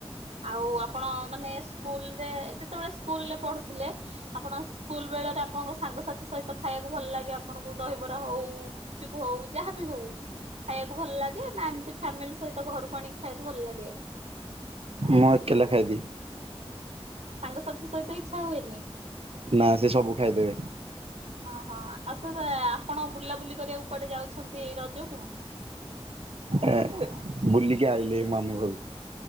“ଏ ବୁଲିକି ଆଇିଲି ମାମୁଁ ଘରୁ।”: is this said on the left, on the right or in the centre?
Right